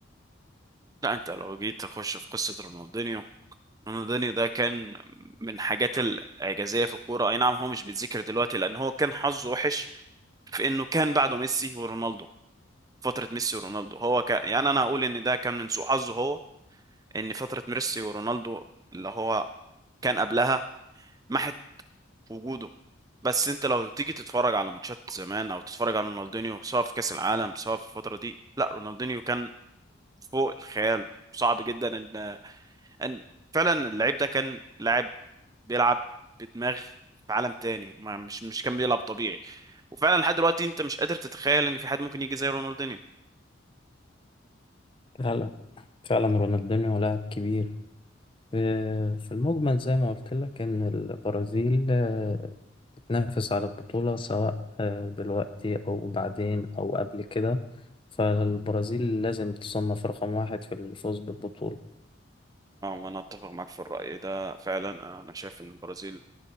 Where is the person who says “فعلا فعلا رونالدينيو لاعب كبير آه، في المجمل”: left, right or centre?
Left